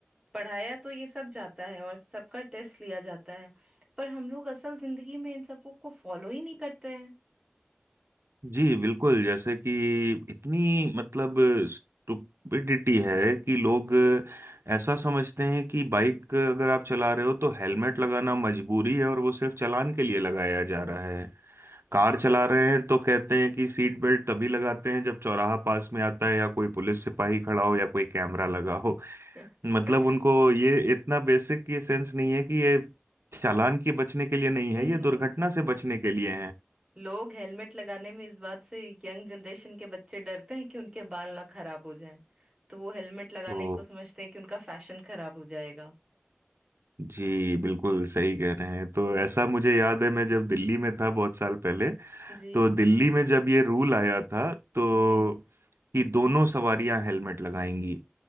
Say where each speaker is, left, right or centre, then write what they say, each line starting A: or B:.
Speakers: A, on the right; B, on the right.
A: पढ़ाया तो ये सब जाता है और सबका टेस्ट लिया जाता है पर हम लोग असल जिंदगी में इन सबों को फॉलो ही नहीं करते हैं
B: जी बिल्कुल जैसे कि इतनी मतलब स्टुपिडिटी है कि लोग ऐसा समझते हैं कि बाइक अगर आप चला रहे हो तो हेलमेट लगाना मजबूरी है और वो सिर्फ चालान के लिए लगाया जा रहा है कार चला रहे हैं तो कहते हैं कि सीट बेल्ट तभी लगाते हैं जब चौराहा पास में आता है या कोई पुलिस सिपाही खड़ा हो या कोई कैमरा लगा हो
A: <laughs>
B: मतलब उनको ये इतना बेसिक ये सेंस नहीं है कि ये चालान के बचने के लिए नहीं
A: नहीं
B: है ये दुर्घटना से बचने के लिए
A: लोग हेलमेट लगाने में इस बात से यंग जनरेशन के बच्चे डरते हैं कि उनके बाल ना खराब हो जाएं तो वो हेलमेट लगाने
B: है
A: को समझते हैं कि उनका फैशन खराब हो जाएगा
B: जी बिल्कुल सही कह रहे हैं तो ऐसा मुझे याद है मैं जब दिल्ली में था बहुत साल पहले
A: जी
B: तो दिल्ली में जब ये रूल आया था तो
A: जी
B: कि दोनों सवारियां हेलमेट लगाएंगी